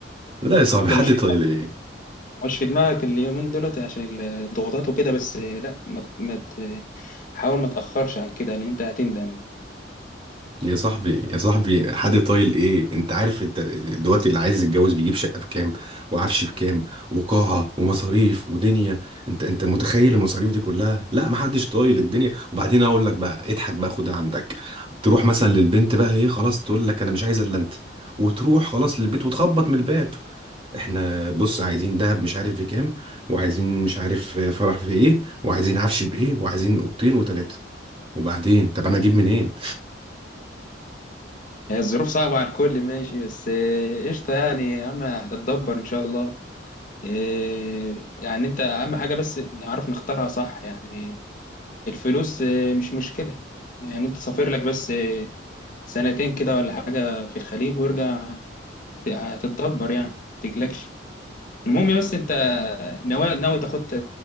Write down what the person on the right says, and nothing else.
لا يا صاحبي
حد
طايل ايه
يا صاحبي يا صاحبي حد طايل ايه انت عارف انت دلوقتي اللي عايز يتجوز بيجيب شقه بكام وعفش بكام وقاعه ومصاريف ودنيا انت انت متخيل المصاريف دي كلها لا ما حدش طايل الدنيا وبعدين اقول لك بقى اضحك بقى خدها عندك تروح مثلا للبنت بقى ايه خلاص تقول لك انا مش عايزه الا انت وتروح خلاص للبيت وتخبط من الباب احنا بص عايزين دهب مش عارف بكام وعايزين مش عارف فرح في ايه وعايزين عفش بايه وعايزين اوضتين وتلاته وبعدين طب انا اجيب منين